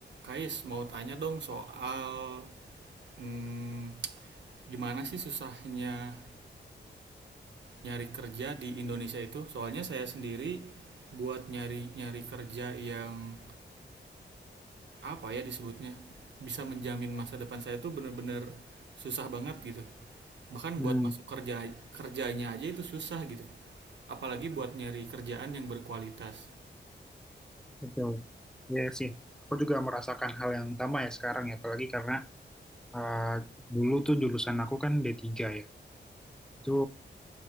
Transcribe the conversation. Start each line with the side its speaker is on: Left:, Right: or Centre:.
Right: Kais, mau tanya dong soal hmm, gimana sih susahnya nyari kerja di Indonesia itu? Soalnya saya sendiri buat nyari-nyari kerja yang apa ya disebutnya bisa menjamin masa depan saya itu bener-bener susah banget gitu. Bahkan
Centre: Hmm,
Right: buat masuk kerja kerjanya aja itu susah gitu. Apalagi buat nyari kerjaan yang berkualitas.
Centre: betul. Ya sih, aku juga merasakan hal yang sama ya sekarang ya, apalagi karena eh, dulu tuh jurusan aku kan D3 ya. Itu